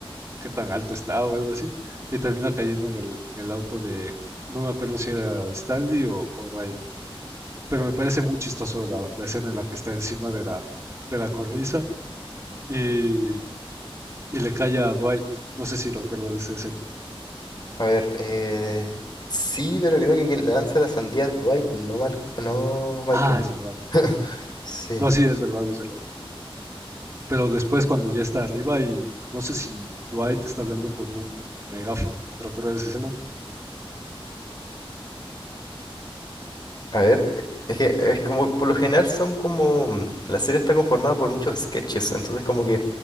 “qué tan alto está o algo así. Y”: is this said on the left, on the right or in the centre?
Right